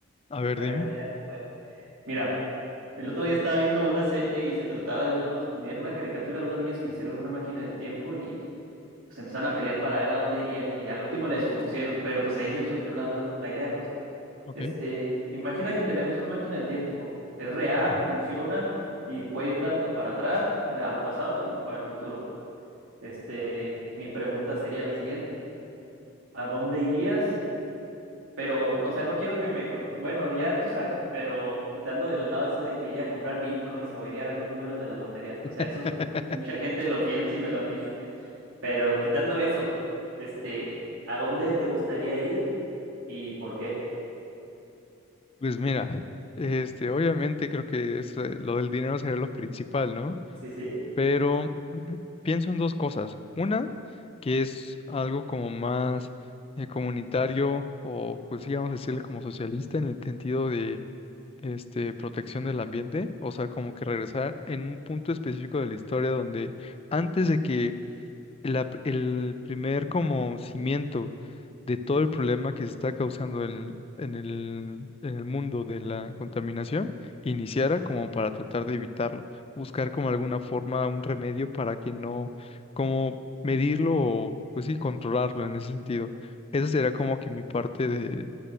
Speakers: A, on the left; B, on the right.
A: A ver,
B: A
A: dime.
B: ver qué, a ver. Mira, el otro día estaba viendo una serie y se trataba de unos, era una caricatura de unos niños que hicieron una máquina del tiempo y pues empezaron a pelear para ver a dónde irían y al último la descompusieron. Pero pues ahí me surgió la duda, la idea, pues.
A: Ok.
B: Este, imagina que tenemos una máquina del tiempo. Es real,
A: Ujú.
B: funciona y puede ir tanto para atrás, en- al pasado, como para el futuro. Este, mi pregunta sería la siguiente. ¿A dónde irías? Pero, o sea, no quiero que me... cont- Bueno, ya tú sabes, pero quitando de lado eso de que iría a comprar bitcoins o iría a ver los números de la lotería.
A: <laughs>
B: O sea, eso es- mucha gente lo piensa y me lo han dicho. Pero quitando eso, este, ¿a dónde te gustaría ir y por qué?
A: Pues mira, este, obviamente creo que es, eh, lo del dinero sería lo principal, ¿no?
B: Sí, sí.
A: Pero <clears throat> pienso en dos cosas. Una, que es algo como más eh, comunitario o, pues sí, vamos a decirle como socialista en el sentido de este, protección del ambiente, o sea, como que regresar en un punto específico de la historia donde antes de que la pr- el primer como cimiento de todo el problema que se está causando en, en el, en el mundo de la contaminación iniciara como para tratar de evitarlo, buscar como alguna forma, un remedio para que no, como medirlo o pues sí, controlarlo en ese sentido. Esa será como que mi parte de,